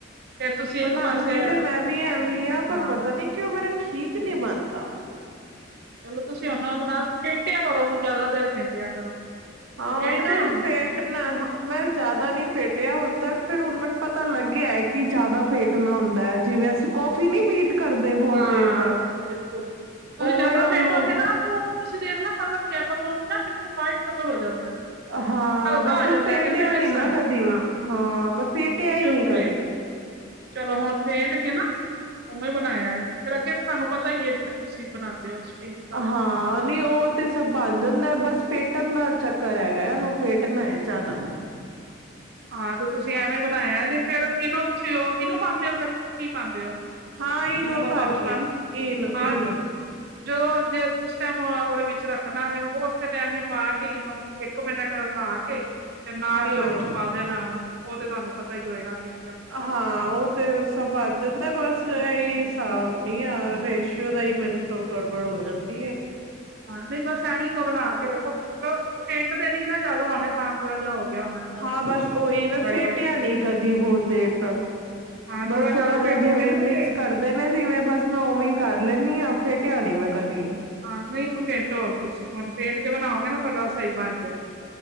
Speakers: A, on the right (about 55°); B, on the right (about 85°).
A: ਫੇਰ ਤੁਸੀਂ ਇੱਕ
B: ਬਣਾਉਦੀ
A: ਪਾਸੇ
B: ਤੇ ਮੈਂ ਵੀ ਐਵੇਂ ਹੀ ਆ ਪਰ
A: ਹਾਂ
B: ਪਤਾ ਨੀ ਕਿ ਉਹ ਮੇਰਾ ਠੀਕ ਨਹੀਂ ਬਣਦਾ
A: ਚਲੋ ਤੁਸੀਂ ਉਹਨਾ ਨਾਲ ਫੈਂਟਿਆ ਕਰੋ ਉਹਨੂੰ ਜ਼ਿਆਦਾ ਦੇਰ ਫੈਂਟਿਆ ਕਰੋ
B: ਹਾਂ
A: ਫੇਟਦੇ
B: ਇਹਨਾਂ ਨੂੰ
A: ਉਹਨੂੰ
B: ਫੇਟਣਾ ਮੈਂ ਜ਼ਿਆਦਾ ਨਹੀਂ ਫੇਟਿਆ ਹੁਣ ਤੱਕ ਫਿਰ ਹੁਣ ਮੈਨੂੰ ਪਤਾ ਲੱਗਿਆ ਹੈ ਕਿ ਜਿਆਦਾ ਫੇਟ ਨਾ ਹੁੰਦਾ ਹੈ ਜਿਵੇਂ ਅਸੀਂ ਕੌਫੀ ਨੀ ਬੀਟ ਕਰਦੇ ਬਹੁਤ
A: ਹਾਂ
B: ਦੇਰ ਤੱਕ
A: ਬਿਲਕੁਲ ਤੁਸੀਂ
B: ਉਵੇਂ
A: ਜਿਆਦਾ
B: ਉਹਨੂੰ
A: ਫਿੰਡ ਹੋਗੇ ਨਾ ਤੇ ਉਹ ਤੁਸੀਂ ਦੇਖ ਨਾ ਕਲਰ ਯੈਲੋ ਤੋਂ ਵੀ ਨਾ ਬਿਲਕੁਲ ਵਾਈਟ ਕਲਰ ਹੋ ਜਾਂਦਾ
B: ਹਾਂ
A: ਹਲਕਾ
B: ਬਸ
A: ਹੋ
B: ਮੈਂ
A: ਜਾਂਦਾ
B: ਫੇਟਿਆ
A: ਕਹਿੰਦੇ ਬੇਸਣ
B: ਨੀ ਨਾ ਕਦੀ
A: ਹਾਂ
B: ਹਾਂ ਮੈਂ ਫੇਟਿਆ
A: ਤੁਸੀਂ
B: ਹੀ ਨਹੀਂ
A: ਉਹਨੂੰ
B: ਕਦੀ
A: ਫੇਟ ਚਲੋ ਹੁਣ ਵੇਟ ਕੇ ਨਾ ਉਵੇਂ ਬਣਾਇਆ ਜੇ ਫਿਰ ਅੱਗੇ ਤੇ ਤੁਹਾਨੂੰ ਪਤਾ ਹੀ ਹੈ ਜਿਵੇਂ ਤੁਸੀਂ ਬਣਾਉਂਦੇ ਹੋ ਸਟੀਮ ਤੱਕ
B: ਹਾਂ ਨਹੀਂ ਉਹ ਤੇ ਸਭ ਬਣ ਜਾਂਦਾ ਬਸ ਫੇਰ ਫੈਂਟਣਾ ਦਾ ਚੱਕਰ ਹੈਗਾ ਇਹਨੂੰ ਫੇਟਣਾ ਹੈ ਜ਼ਿਆਦਾ
A: ਹਾਂ ਤੇ ਤੁਸੀਂ ਐਵੇਂ ਬਣਾਇਆ ਤੇ ਫੇਰ ਇਹਨੂੰ ਤੁਸੀਂ ਉਹ ਇਹਨੂੰ ਪਾਉਂਦੇ ਹੋ ਫੇਰ ਕੀ ਪਾਉਂਦੇ ਹੋ
B: ਹਾਂ ਈਨੋ
A: ਇਨੋ ਦਾ
B: ਭਰਨੀ
A: ਪਾਊਚ ਪਾਂਦੇ
B: ਆ ਇਨੋ
A: ਹਾਂ
B: ਇਨੋ
A: ਜਦੋਂ ਜ ਜਿਸ ਟਾਈਮ ਉਹਦੇ ਵਿੱਚ ਰੱਖਣਾ ਵ ਉਹ ਉਸ ਟਾਈਮ ਹੀ ਪਾ ਕੇ ਇਨੋ ਇੱਕ ਮਿੰਟ ਲਾ ਕੇ ਤੇ ਨਾਲ
B: ਹਾਂ
A: ਹੀ ਉਹਦੇ
B: ਹਾਂ
A: ਵਿੱਚ ਪਾ ਦੇਣਾਵੇ ਉਹ ਤੇ ਤੁਹਾਨੂੰ ਪਤਾ ਹੀ ਹੋਏਗਾ ਕਿਵੇਂ ਕਰਨਾ।
B: ਹਾਂ ਉਹ ਤੇ ਸਭ ਬਣ ਜਾਂਦਾ ਬਸ ਹੀ ਹਿਸਾਬ ਨੀ ਆ ਰੇਸ਼ੀਓ ਦਾ ਹੀ ਮੈਨ ਤੋਂ ਗੜਬੜ ਹੋ ਜਾਂਦੀ ਹੈ
A: ਹਾਂ ਨਹੀਂ ਬਸ ਕਵਰ ਆ ਕੇ ਫੈਂਟ ਦੇ ਨ ਨਾ ਜਿਆਦਾ ਆਉਣੇ ਤਾਂ ਥੋੜਾ ਜਾਿਹਾ ਹੋ ਗਿਆ ਹੋਣਾ ਤੁਹਾਡਾ
B: ਹਾਂ
A: ਕੁਛ
B: ਬਸ ਓਹੀ ਮੈਂ
A: ਗੜਬੜ
B: ਫੇਟਿਆ ਨਹੀਂ ਕਦੀ ਬਹੁਤ ਦੇਰ ਤੱਕ
A: ਹਾਂ
B: ਬਸ ਥੋੜਾ
A: ਜਿਆਦਾ
B: ਜਿਹਾ
A: ਫੇਟੋਗੇ
B: ਜਿਵੇਂ ਮਿਕਸ
A: ਨਾ ਤੇ
B: ਕਰਦੇ ਨੇ ਜਿਵੇਂ ਬਸ ਮੈਂ ਉਵੇਂ ਕਰ ਲੈ ਨੀ ਆ ਫੇਟਿਆ ਨੀ ਮੈਂ ਕਦੀ
A: ਹਾਂ ਨਹੀਂ ਉਹਨੂੰ ਫੈਂਟੋ ਤੁਸੀਂ ਹੁਣ ਫੈਂਟ ਕੇ ਬਣਾਓਗੇ ਨਾ ਸਾਡਾ ਸਹੀ ਬਣ ਜਾਏਗਾ